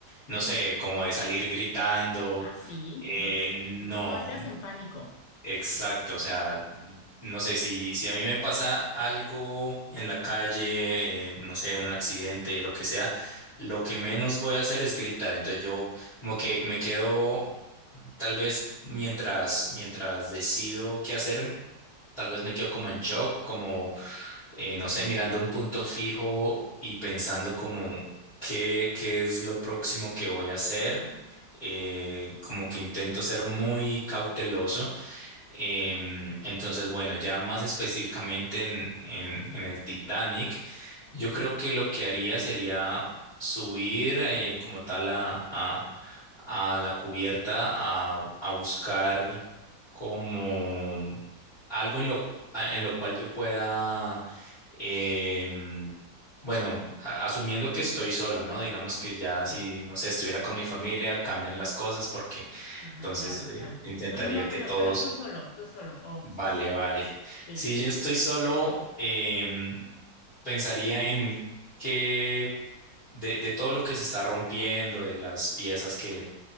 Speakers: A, on the left; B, on the left.
A: no sé, como de salir gritando.
B: Ah, sí,
A: Eh,
B: no,
A: no,
B: no entras en pánico.
A: Exacto, o sea, no sé si, si a mí me pasa algo en la calle, eh, no sé, un accidente, lo que sea, lo que menos voy a hacer es gritar. Entonces yo como que me quedo, tal vez mientras, mientras decido qué hacer, tal vez me quedo como en shock, como, eh, no sé, mirando un punto fijo y pensando como qué, qué es lo próximo que voy a hacer. Eh, como que intento ser muy cauteloso Em, entonces, bueno, ya más específicamente en, en, en el Titanic, yo creo que lo que haría sería subir eh, como tal a, a, a la cubierta a, a buscar como algo en lo, cu- a- en lo cual yo pueda, em, bueno, a- asumiendo que estoy solo, ¿no? Digamos que ya
B: Sí,
A: si, no sé, estuviera con mi familia, cambian las cosas porque
B: ajá,
A: entonces
B: claro,
A: eh,
B: claro.
A: intentaría
B: No, no, no,
A: que
B: pero,
A: todos
B: pero tú solo, tú solo. Oh,
A: Vale,
B: sí, sí, sí.
A: vale.
B: Sí,
A: Si yo estoy solo, em, pensaría en que de, de todo lo que se está rompiendo, de las piezas que,